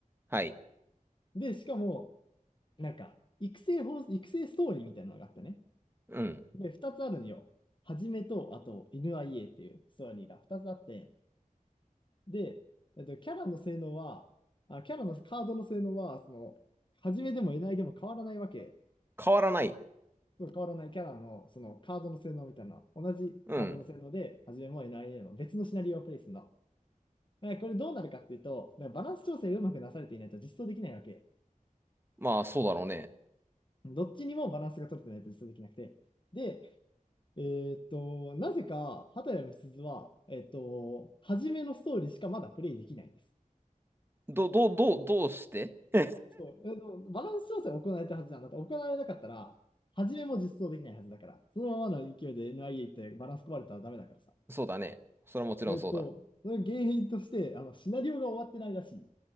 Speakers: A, on the right; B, on the left.
A: はい。
B: で、しかも、なんか、育成法、育成ストーリーみたいなのがあってね。
A: うん。
B: で、二つあるのよ。はじめと、あと、犬 IA っていうストーリーが二つあって、で、えっと、キャラの性能は、あ、キャラのカードの性能は、その、始めでもいないでも変わらないわけ。
A: 変わらない。
B: そう変わらないキャラの、そのカードの性能みたいな、同じカードの性能で、
A: うん。
B: 始めもいないでも別のシナリオをプレイするの。え、これどうなるかっていうと、なんかバランス調整がうまくなされていないと実装できないわけ。
A: まあ、そうだろうね。
B: どっちにもバランスが取れてないと実装できなくて。で、えーっと、なぜか、畑谷美鈴は、えーっと、初めのストーリーしかまだプレイできないんです。
A: ど、どう、どう、どうして <laughs>
B: そう、えでもバランス調整は行われたはずなんだって、行われなかったら、初めも実装できないはずだから、そのままの勢いで NIA 行ってバランス壊れたらダメだからさ。
A: そうだね。それはもちろんそうだ。
B: えっと、その原因として、あの、シナリオが終わってないらしい。